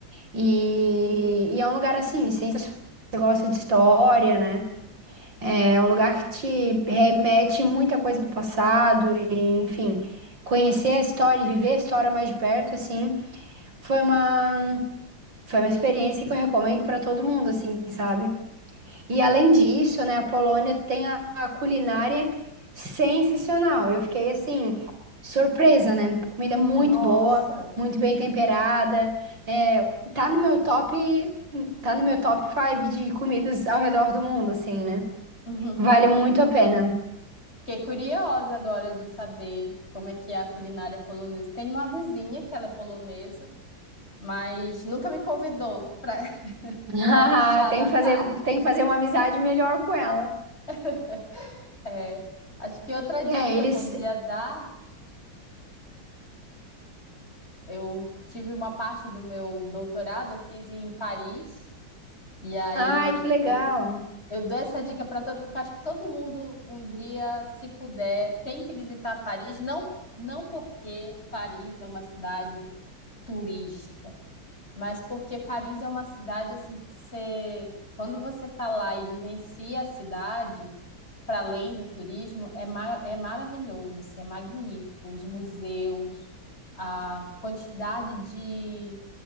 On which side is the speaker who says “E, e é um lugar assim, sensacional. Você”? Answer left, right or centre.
Right